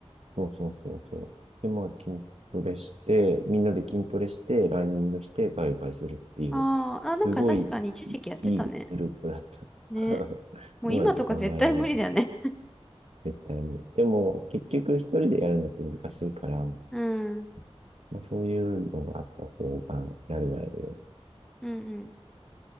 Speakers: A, on the right; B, in the centre.
A: そうそうそうそう。で、まあ、筋トレして、みんなで筋トレして、ランニングして、バイバイするっていう、
B: あーあ、
A: すごい
B: なんか確かに一時期やってたね。
A: いいグループだった。
B: ね。
A: <laughs>
B: もう今とか絶対無理だよね。
A: 今じゃ考えられない、絶対に。でも、結局一人でやるのって難しいから、
B: <laughs> うん。
A: まあ、そういうのがあった方が、やるはやるよ。
B: うんうん。